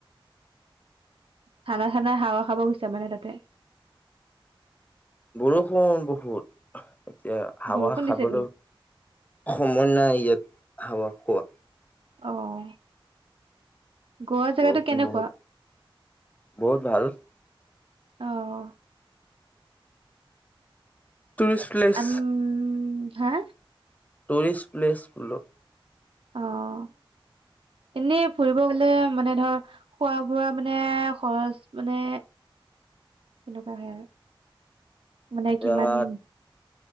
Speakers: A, on the right; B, on the left.
A: ঠাণ্ডা ঠাণ্ডা। হাৱা খাব গৈছো মানে তাতে
B: বৰষুণ বহুত এতিয়া হাৱা
A: বৰষুণ
B: খাবলৈ
A: দিছে নেকি?
B: সময় নাই ইয়াত হাৱা খোৱাত
A: অ', গোৱা জেগাতটো
B: বৰষুণ
A: কেনেকুৱা
B: বহুত বহুত ভাল
A: অ',
B: টুৰিষ্ট প্লেচ
A: আম হা
B: টৰিষ্ট প্লেছ বোলো
A: অ', এনেই ফুৰিব গলে মানে ধৰ খোৱা বোৱা মানে খৰচ মানে
B: <inaudible>
A: কেনেকুৱা হয় আৰু মানে
B: ইয়াত
A: কিমান